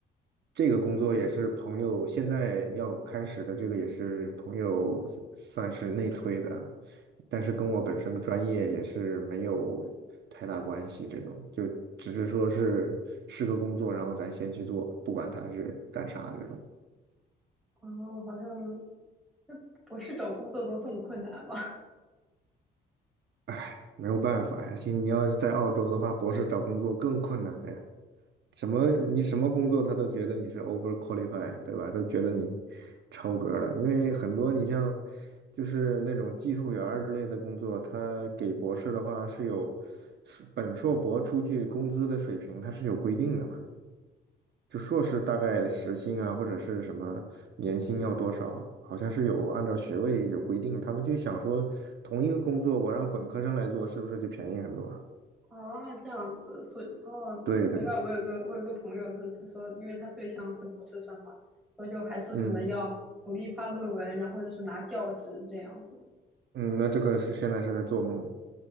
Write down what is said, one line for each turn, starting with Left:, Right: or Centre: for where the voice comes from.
Right: 这个工作也是朋友，现在要开始的这个也是朋友算是内推的，但是跟我本身专业也是没有太大关系，这种就只是说是是个工作，然后咱先去做，不管他是干啥这种。
Centre: 哦，好像就博士找工作都这么困难吗？
Right: 唉，没有办法呀，现你要是在澳洲的话，博士找工作更困难了呀。什么你什么工作他都觉得你是 over q u a l i f y 对吧？都觉得你超格了，因为很多你像就是那种技术员儿之类的工作，他给博士的话是有是本硕博出去工资的水平，它是有规定的嘛。就硕士大概时薪啊，或者是什么年薪要多少啊好像是有按照学位有规定。他们就想说，同一个工作我让本科生来做，是不是就便宜很多啊
Centre: <laughs> 啊，这样子，所以哦，
Right: 对对，
Centre: 难怪我有个我有个朋友，就是他说，因为他对象是博士生嘛，所以就还是可能要努力发论文，
Right: 嗯
Centre: 然后就是拿教职这样子，
Right: 嗯，那这个是现在是在做梦。